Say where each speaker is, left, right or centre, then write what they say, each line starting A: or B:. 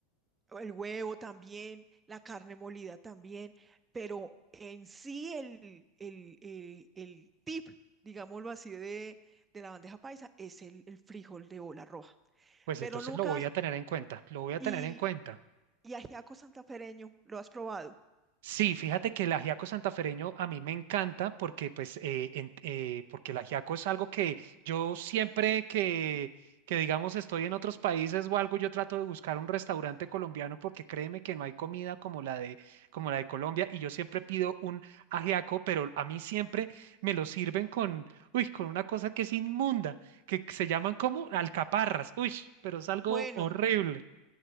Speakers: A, on the right (about 20°); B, on the right (about 75°).
A: El huevo también, la carne molida también, pero en sí el, el, el- el tip, digámoslo así, de, de la bandeja paisa es el, el frijol de bola roja.
B: Pues
A: Pero
B: entonces
A: nunca
B: lo voy
A: has-
B: a tener en cuenta, lo voy a
A: y,
B: tener en cuenta.
A: y ajiaco santafereño, ¿lo has probado?
B: Sí, fíjate que el ajiaco santafereño a mí me encanta porque, pues, eh, en- eh, porque el ajiaco es algo que yo siempre que, que, digamos, estoy en otros países o algo, yo trato de buscar un restaurante colombiano porque créeme que no hay comida como la de, como la de Colombia y yo siempre pido un ajiaco, pero a mí siempre me lo sirven con, uy, con una cosa que es inmunda, que se llaman como alcaparras, uy, pero es algo
A: Bueno,
B: horrible.